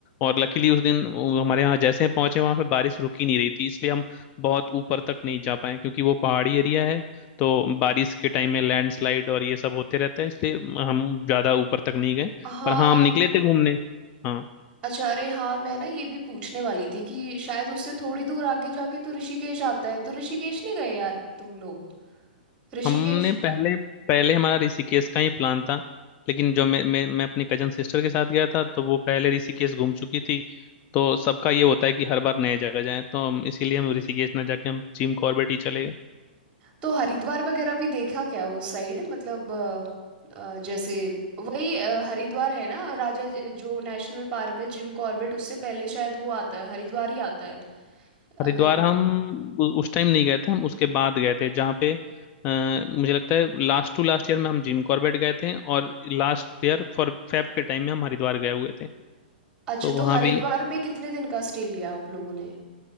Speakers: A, on the left; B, on the right.
A: और लकीली उस दिन वो हमारे यहाँ जैसे हम पहुंचे वहाँ पे बारिश रुक ही नहीं रही थी इसलिए हम बहुत ऊपर तक नहीं जा पाए क्योंकि वो पहाड़ी एरिया है तो बारिश के टाइम में लैंडस्लाइड और ये सब होते रहता है इसलिए हम ज़्यादा ऊपर तक नहीं गए
B: हाँ
A: पर हाँ हम निकले थे घूमने हाँ
B: अच्छा अरे हाँ मैं ना ये भी पूछने वाली थी कि शायद उससे थोड़ी दूर आगे जाके तो ऋषिकेश आता है तो ऋषिकेश नहीं गए यार तुम लोग ऋषिकेश
A: हमने पहले पहले हमारा ऋषिकेश का ही प्लान था लेकिन जो मैं मैं मैं अपनी कजन सिस्टर के साथ गया था तो वो पहले ऋषिकेश घूम चुकी थी तो सबका ये होता है कि हर बार नए जगह जाएं तो हम इसीलिए हम ऋषिकेश ना जाके हम जिम कॉर्बेट ही चले गए
B: तो हरिद्वार वगैरह भी देखा क्या उस साइड मतलब अ, अ, जैसे वही अ, हरिद्वार है ना राजा ज- जो नेशनल पार्क है जिम कॉर्बेट उससे पहले शायद वो आता है हरिद्वार ही आता है
A: हरिद्वार
B: अगर
A: हम उ- उस टाइम नहीं गए थे हम उसके बाद गए थे जहाँ पे अ, मुझे लगता है लास्ट टू लास्ट ईयर में हम जिम कॉर्बेट गए थे और लास्ट ईयर फॉर फेब के टाइम में हम हरिद्वार गए हुए थे
B: अच्छा
A: तो वहाँ
B: तो हरिद्वार
A: भी
B: में कितने दिन का स्टे लिया आप लोगों ने